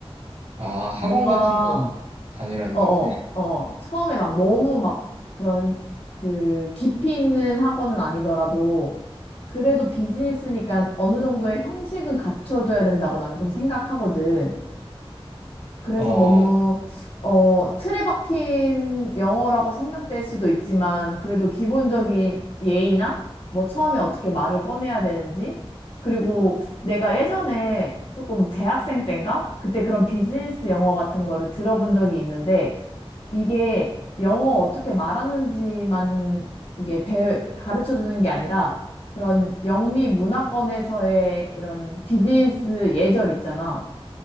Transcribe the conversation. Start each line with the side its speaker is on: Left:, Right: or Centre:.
Right: 아, 학원
Left: 뭔가
Right: 같은 거 다니라는
Left: 어어,
Right: 거지?
Left: 어. 어. 처음에 막 너무 막 그런 그 깊이 있는 학원은 아니더라도 그래도 비즈니스니까 어느 정도의 형식은 갖춰줘야 된다고 나는 좀 생각하거든. 그래서
Right: 어,
Left: 너무, 어, 틀에 박힌 영어라고 생각될 수도 있지만, 그래도 기본적인 예의나, 뭐 처음에 어떻게 말을 꺼내야 되는지, 그리고 내가 예전에 조금 대학생 땐가? 그때 그런 비즈니스 영어 같은 거를 들어본 적이 있는데, 이게 영어 어떻게 말하는지만 이게 배, 가르쳐 주는 게 아니라, 그런 영미 문화권에서의 이런 비즈니스 예절 있잖아.